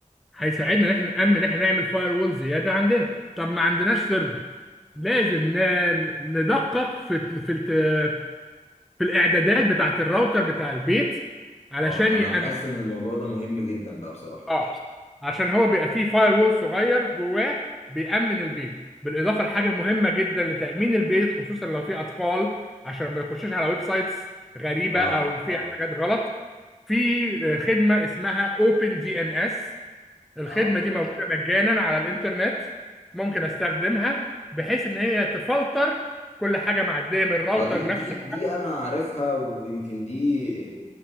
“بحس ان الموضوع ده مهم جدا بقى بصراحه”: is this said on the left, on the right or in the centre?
Left